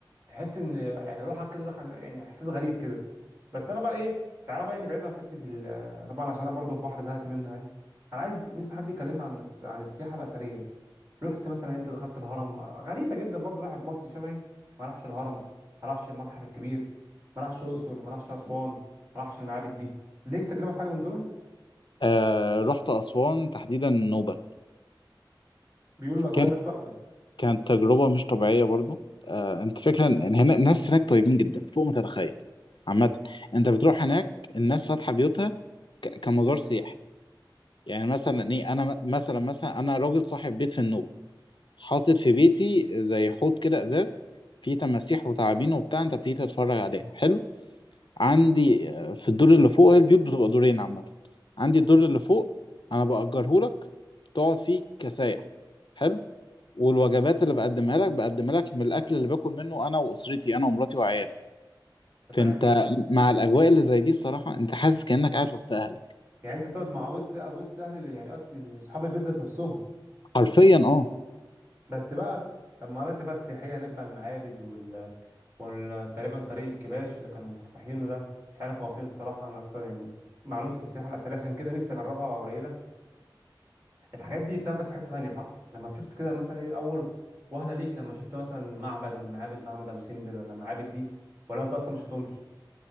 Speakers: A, on the right (about 25°); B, on the left (about 70°).
A: تحس ان يعني روحك كده دخل يعني احساس غريب كده بس انا بقى ايه تعالى بقى نبعد عن حته ال- طبعا عشان انا برضو البحر زهقت منه يعني انا عايز نفسي حد يكلمني عن الس- عن السياحه الاثريه رحت مثلا انت دخلت الهرم غريبه جدا برضو واحد مصري شبهي ما راحش الهرم ما راحش المتحف الكبير ما راحش الاقصر ما راحش اسوان ما راحش المعابد دي ليك تجربه في حاجه من دول
B: آه، رحت أسوان تحديدا النوبة
A: بيقولوا الاجواء
B: كان
A: هناك تحفه
B: كانت تجربة مش طبيعية برضو آه، انت فكرة ان هنا الناس هناك طيبين جدا فوق ما تتخيل عامة انت بتروح هناك الناس فاتحة بيوتها ك- كمزار سياحي يعني مثلا ايه انا م- مثلا مثلا انا راجل صاحب بيت في النوبه حاطط في بيتي زي حوض كده ازاز فيه تماسيح وتعابين وبتاع انت بتيجي تتفرج عليها حلو عندي آه، في الدور اللي فوق هي البيوت بتبقى دورين عامه عندي الدور اللي فوق انا بأجره لك تقعد فيه كسايح حلو والوجبات اللي بقدمها لك بقدمها لك من الاكل اللي باكل منه انا واسرتي انا ومراتي وعيالي
A: تمام
B: فانت مع الاجواء اللي زي دي الصراحه انت حاسس كانك قاعد وسط اهلك
A: يعني انت تقعد مع وسط وسط اهل ال- يعني قصدي اصحاب البيت ذات نفسهم
B: حرفيا اه
A: بس بقى المناطق بقى السياحيه هناك بقى المعابد وال وال- تقريبا طريق الكباش اللي كانوا مفتتحينه ده مش عارف هو فين الصراحه انا اصلا يعني معلومتي في السياحه الاثريه عشان كده نفسي اجربها قليله الحاجات دي بتاخدك في حته ثانيه صح لما شفت كده مثلا ايه اول وهله ليك لما شفت مثلا معبد من معابد معبد ابو سمبل ولا معابد دي ولا انت اصلا ما شفتهمش